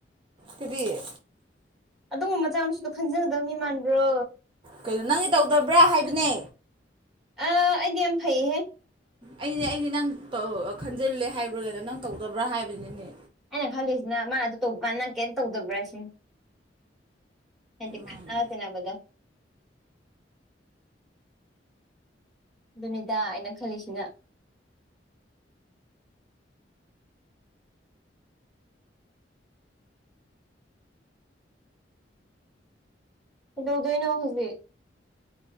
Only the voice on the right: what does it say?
ꯀꯔꯤꯌꯦ
ꯀꯩꯩꯅꯣ ꯅꯪꯗꯤ ꯇꯧꯗꯕ꯭ꯔꯥ ꯍꯥꯏꯕꯅꯦ
ꯑꯩꯅꯦ ꯑꯩꯗꯤ ꯅꯪ ꯈꯟꯖꯤꯜꯂꯦ ꯍꯥꯏꯕ꯭ꯔꯣꯗꯅ ꯅꯪ ꯇꯧꯗꯕ꯭ꯔꯥ ꯍꯥꯏꯕꯅꯤꯅꯦ
ꯃꯥꯅꯦ